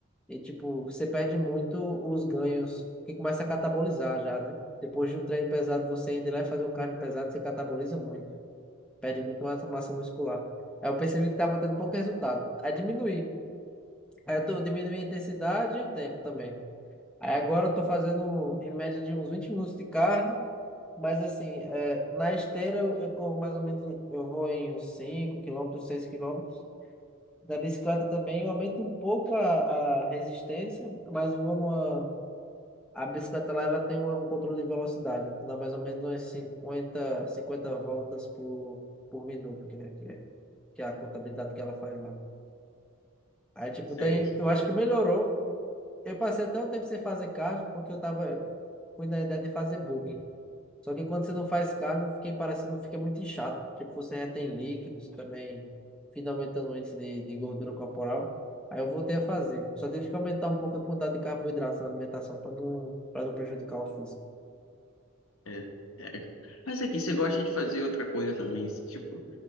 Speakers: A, in the centre; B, on the left (about 80°).
A: E tipo, você perde muito os ganhos, que começa a catabolizar já, né? Depois de um treino pesado, você ainda ir lá e fazer um cardio pesado, você cataboliza muito. Perde muito massa, massa muscular. Aí eu percebi que tava dando pouco resultado. Aí diminuí. Aí eu, tô, eu diminuí a intensidade e o tempo também. Aí agora eu tô fazendo em média de uns 20 minutos de cardio, mas assim, é, na esteira eu, eu corro mais ou menos, um- eu vou em uns 5 quilômetros, 6 quilômetros. Na bicicleta também eu aumento um pouco a, a resistência, mas vou numa... A bicicleta lá, ela tem uma- um controle de velocidade, então dá mais ou menos umas cinquenta cinquenta voltas por, por minuto, que é, que é, que é a contabilidade que ela faz lá. Aí, tipo,
B: Sei.
A: tem... Eu acho que melhorou Eu passei até um tempo sem fazer cardio, porque eu tava, eu fui na ideia de fazer bulking. Só que quando você não faz cardio, eu fiquei parecendo, fiquei muito inchado. Tipo, você retém líquidos também, fica aumentando o índice de, de gordura corporal. Aí eu voltei a fazer. Só tive que aumentar um pouco a quantidade de carboidratos na alimentação para não, para não prejudicar o físico.
B: É. É. Mas aqui, você gosta de fazer outra coisa também, tipo,